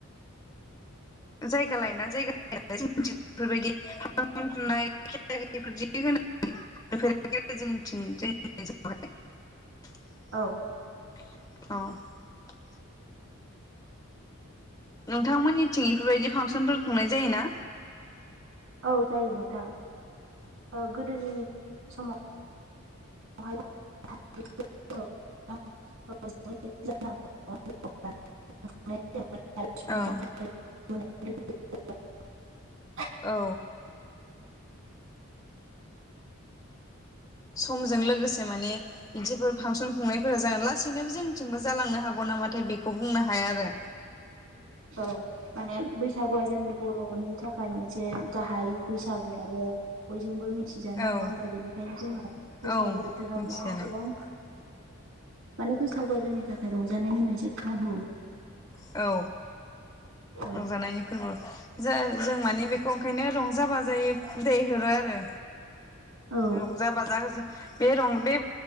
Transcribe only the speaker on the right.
औ
औ जायो नोंथां औ गोदोनि समाव <unintelligible> <unintelligible> <unintelligible>
औ माने बैसागुआ जोंनि बर'नि थाखाय मोनसे गाहाय बैसागु आरो बयजोंबो मिथि मिथिजानाय
नङा होमबा
बेनिखायनो जोङो बैसागु
बोथोरावनो
गोबां माने बैसागुआ जोंनि थाखाय रंजानायनि मोनसे खाबु
औ
औ